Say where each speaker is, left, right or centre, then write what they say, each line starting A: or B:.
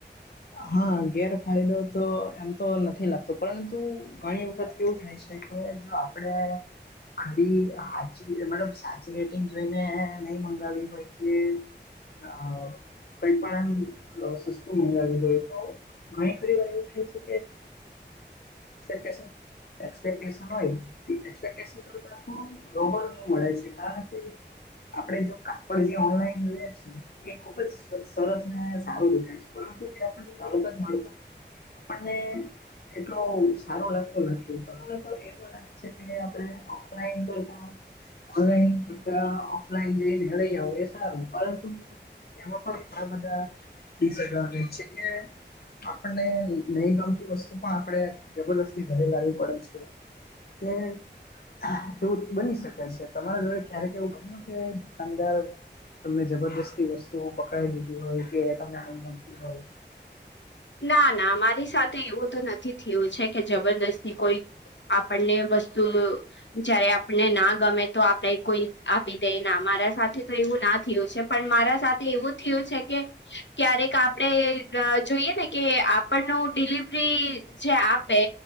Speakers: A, on the left; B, on the left.
A: હા, ગેરફાયદો તો એમ તો નથી લાગતો, પરંતુ ઘણી વખત કેવું થાય છે? એ જો આપડે ખરી સાચી, મતલબ સાચી રેટિંગ જોઈને નહી મગાવી હોય કે? અ કંઈ પણ એમ સસ્તું મળી આવ્યું. ણી ખ વાર એવું થાય છે કે જે એક્સપેક્ટન હોય. એક્સપેક્ટેશન કરતા થોડું લોવર નું મળે છે, કારણ કે આપડે જો કાપડ જે ઓનલાઈન જોઈય છે. એ ખુબ જ સરસ ને સારું દેખાય છે, પરંતુ જે આપણને તરત જ મળતા આપણને એટલું સારું લાગતું નથી, મને તો એવુ લાગે. કે આપણે ઓફલાઈન કરતા ઓનલાઈન કરતા ઓફલાઈન જઈને લઈ આવું એ સારું, પરંતુ એમાં પણ ઘણા બધાસડવાન્ટેજ છે કે. આપણને નહીં ગમતી વસ્તુ પણ આપણે જબરદસ્તી ઘરે લાવવી પડે છે. તે. એવું બની શકે છે, તમારા જોડે ક્યારેક એવું બન્યું કે અંદર તમને જબરજસ્તી વસ્તુઓ પકડાઈ લીધી હોય કે તમને મન ગમતી હોય?
B: ના, ના, મારી સાથે એવું તો નથી થયું છે કે જબરદસ્તી કોઈ આપણને વસ્તુ જયારે આપને ના ગમે, તો આપડે કોઈ આપી દે. ના, મારા સાથે તો એવું ના થયું છે. પણ, મારા સાથે એવું થયું છે કે ક્યારેક આપણે જોઈએ ને કે આપણે ન ડિલિવરી જે આપે.